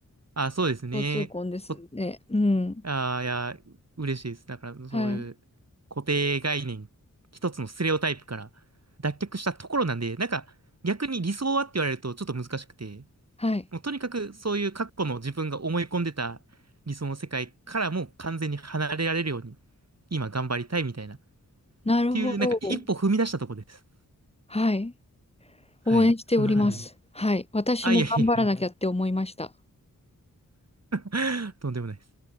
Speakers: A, on the right; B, on the left.
A: あ、そうですね。
B: 交通婚ですね。
A: こ、
B: うん。
A: あ、いや、嬉しいです。だからそういう固定概念、
B: はい。
A: 一つのステレオタイプから脱却したところなんで、なんか逆に理想はって言われるとちょっと難しくて、
B: はい。
A: もうとにかくそういう過去の自分が思い込んでた理想の世界からもう完全に離れられるように今頑張りたいみたいなっ
B: なるほど。
A: ていうなんか一歩踏み出したとこです。
B: はい。
A: はい。
B: 応援しております。
A: そんな感じです。
B: はい。私も頑張らなきゃって思いました。
A: あ、いやいやいや、<laughs> とんでもないです。